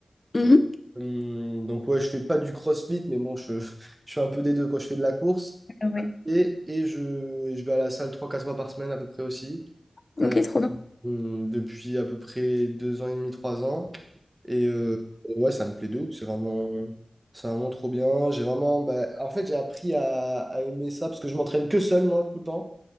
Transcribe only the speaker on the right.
Euh, hum, donc, ouais, je fais pas du CrossFit, mais bon, je, <laughs> je fais un peu des deux quand je fais de la course.
Et, et je, je vais à la salle trois quatre fois par semaine à peu près aussi.
Euh,
hum, depuis à peu près deux ans et demi, trois ans. Et euh, ouais, ça me plaît de ouf. C'est vraiment, c'est vraiment trop bien. J'ai vraiment, bah, en fait, j'ai appris à, à aimer ça parce que je m'entraîne que seul, moi, tout le temps.